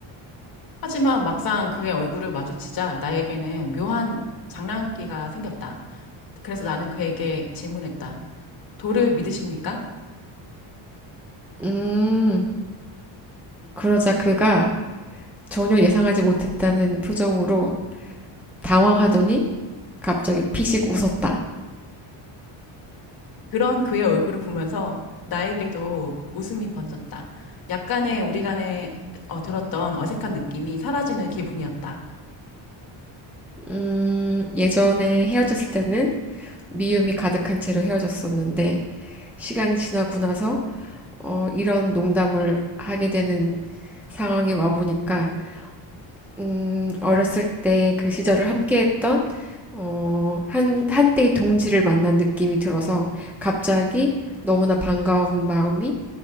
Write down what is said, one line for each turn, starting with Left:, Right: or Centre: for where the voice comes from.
Left: 하지만 막상 그의 얼굴을 마주치자 나에게는 묘한 장난기가 생겼다. 그래서 나는 그에게 질문했다. 도를 믿으십니까?
Centre: 음, 그러자 그가 전혀 예상하지 못했다는 표정으로 당황하더니 갑자기 피식 웃었다.
Left: 그런 그의 얼굴을 보면서 나에게도 웃음이 번졌다. 약간의 우리 간에 어, 들었던 어색한 느낌이 사라지는 기분이었다.
Centre: 음, 예전에 헤어졌을 때는 미움이 가득한 채로 헤어졌었는데 시간이 지나고 나서 어, 이런 농담을 하게 되는 상황이 와보니까 음, 어렸을 때 그 시절을 함께했던 어, 한, 한때의 동지를 만난 느낌이 들어서 갑자기 너무나 반가운 마음이